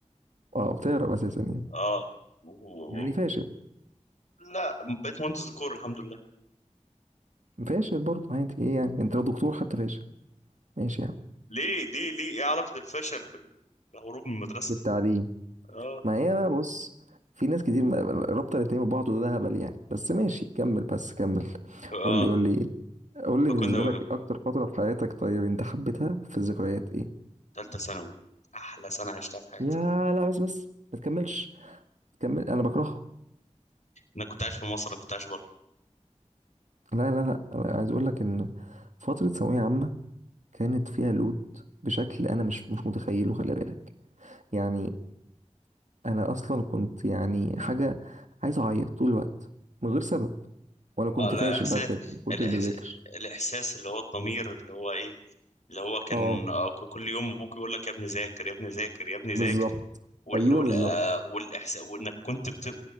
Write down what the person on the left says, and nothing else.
اه و-
و-
لا بقيت مهندس ديكور الحمد لله
ليه ليه ليه ايه علاقة الفشل بال- بالهروب من المدرسة
اه
اه
فكنا
ثالثة ثانوي احلى سنة عشتها في حياتي
انا كنت عايش في مصر انا كنت عايش بره
اه لا
احساس
الإحس...
الاحساس اللي هو الضمير اللي هو ايه اللي هو كان
آه، ك- كل يوم ابوك يقول لك يا ابني ذاكر يا ابني ذاكر يا ابني ذاكر
وال...
وال...
آه، والاحساس وانك كنت بت...